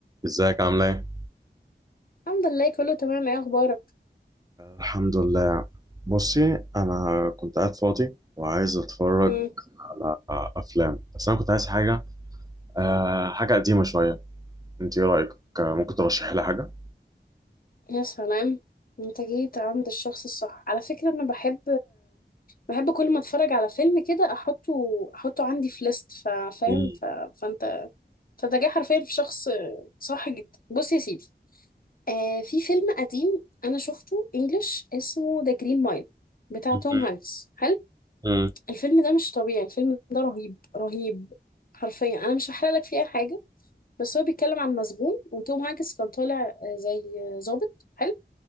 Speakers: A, on the right; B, on the left.
A: ازيك عامله ايه؟
B: الحمد لله كله تمام ايه اخبارك
A: الحمد لله بصي انا كنت قاعد فاضي وعايز اتفرج
B: امم
A: على افلام بس انا كنت عايز حاجه أه حاجه قديمه شويه انت ايه رايك آه، ممكن ترشحي لي حاجه
B: يا سلام انت جيت عند الشخص الصح على فكرة انا بحب بحب كل ما اتفرج على فيلم كده احطه احطه عندي في ليست فاهم
A: مم.
B: ف... فانت فانت جاي حرفيا في شخص صح جدا بص يا سيدي آه في فيلم قديم انا شفته انجلش اسمه ذا جرين مايل بتاع
A: مم.
B: توم هانكس حلو
A: مم.
B: الفيلم ده مش طبيعي الفيلم ده رهيب رهيب حرفيا انا مش هحرق لك فيه اي حاجة بس هو بيتكلم عن مسجون وتوم هانكس كان طالع آه، زي آه، ضابط حلو